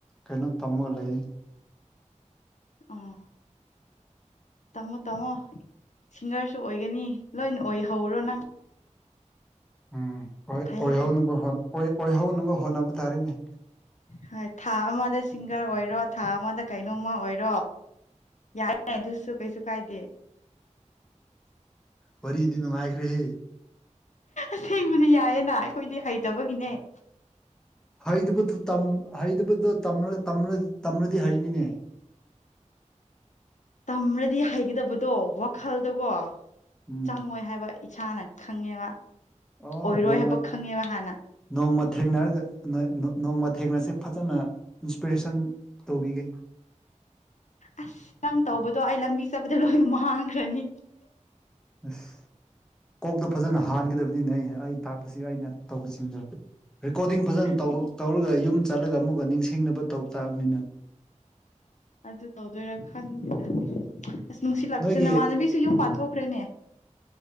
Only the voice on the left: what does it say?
ꯑꯥ ꯇꯝꯃꯣ ꯇꯥꯝꯃꯣ ꯁꯤꯡꯒꯔꯁꯨ ꯑꯣꯏꯒꯅꯤ ꯂꯣꯏꯅ ꯑꯣꯏꯍꯧꯔꯣ ꯅꯪ
ꯐꯩ
ꯍꯣꯏ ꯊꯥ ꯑꯃꯗ ꯁꯤꯡꯒꯔ ꯑꯣꯏꯔꯣ ꯊꯥ ꯑꯃꯗ ꯀꯩꯅꯣꯝꯃ ꯑꯣꯏꯔꯣ ꯌꯥꯏ ꯑꯗꯨꯁꯨ ꯀꯩꯁꯨ ꯀꯥꯏꯗꯦ
ꯑꯁꯦꯡꯕꯅꯤ ꯌꯥꯏꯌꯦꯅ ꯑꯩꯈꯣꯏꯗꯤ ꯍꯩꯇꯕꯒꯤꯅꯦ
ꯇꯝꯔꯗꯤ ꯍꯩꯒꯗꯕꯗꯣ ꯋꯥꯈꯜꯗꯒꯣ
ꯆꯪꯉꯣꯏ ꯍꯥꯏꯕ ꯏꯁꯥꯅ ꯈꯪꯉꯦꯕ
ꯑꯣꯏꯔꯣꯏ
ꯍꯥꯏꯕ ꯈꯪꯉꯦꯕ ꯍꯥꯟꯅ
ꯑꯁ ꯅꯪ ꯇꯧꯕꯗꯣ ꯑꯩ ꯂꯝꯕꯤ ꯆꯠꯄꯗ ꯂꯣꯏ ꯃꯥꯡꯈ꯭ꯔꯅꯤ
ꯑꯩꯗꯤ
ꯑꯗꯨ ꯇꯧꯗꯣꯏꯔꯥ ꯈꯪꯗꯦꯗꯥ ꯑꯁ ꯅꯨꯡꯁꯤꯠꯂꯥꯛꯄꯁꯦ
ꯅꯃꯥꯟꯅꯕꯤꯁꯨ ꯌꯨꯝ ꯄꯥꯟꯊꯣꯛꯈ꯭ꯔꯦꯅꯦ